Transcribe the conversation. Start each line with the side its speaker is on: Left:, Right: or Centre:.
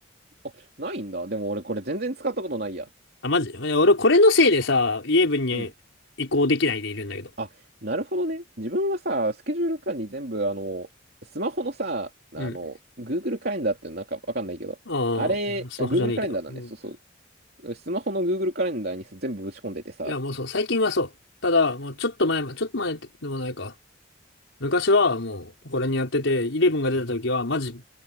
Right: あ。あ、ないんだ。でも俺これ全然使ったことないや。
Left: あ、マジ俺、俺これのせいでさ、
Right: あ、
Left: イレブンに移行できないでいるんだけど。
Right: うん。あ、なるほどね。自分はさ、スケジュール管理全部、あの、スマホのさ、
Left: うん。
Right: あの、Google カレンダーってなんかわかんないけど、
Left: ああ、
Right: あれ、
Left: スマホじゃねえけど。
Right: あ Google カレンダーだね。
Left: うん。
Right: そうそう。スマホの Google カレンダーにさ全部ぶち込んでてさ、
Left: いや、もうそう、最近はそう。ただ、もうちょっと前ま、ちょっと前でもないか。昔はもう、これにやってて、イレブンが出た時は、マジ、